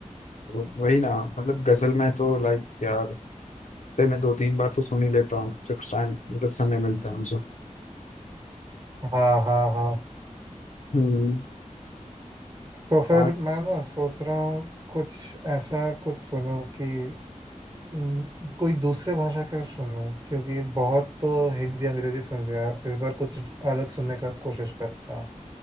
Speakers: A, on the left; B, on the right.
A: वो- वही ना मतलब गजल में तो लाइक यार हफ्ते में दो तीन बार तो सुन ही लेता हूँ जब टाइम मतलब समय मिलता है मुझे
B: हाँ हाँ हाँ
A: हम्म
B: तो फिर
A: और
B: मैं ना सोच रहा हूँ कुछ ऐसा कुछ सुनूं कि हम्म, कोई दूसरे भाषा का सुनूं क्योंकि बहुत तो हिंदी अंग्रेजी सुन लिया है। इस बार कुछ अलग सुनने का कोशिश करता हूँ